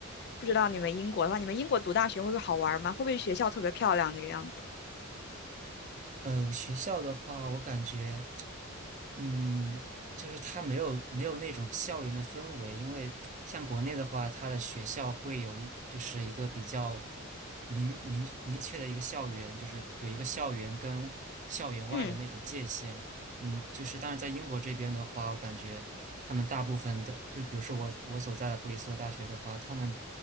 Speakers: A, on the left; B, on the right.
A: 不知道你们英国的话，你们英国读大学会不会好玩吗？会不会学校特别漂亮这个样子？
B: 呃，学校的话，我感觉。嗯，就是它没有没有那种校园的氛围，因为像国内的话，它的学校会有一就是一个比较明明明确的一个校园，就是有一个校园跟校园外的那种界限。
A: 嗯，
B: 嗯，就是当然在英国这边的话，我感觉他们大部分的，就比如说我我所在的布里斯托大学的话，他们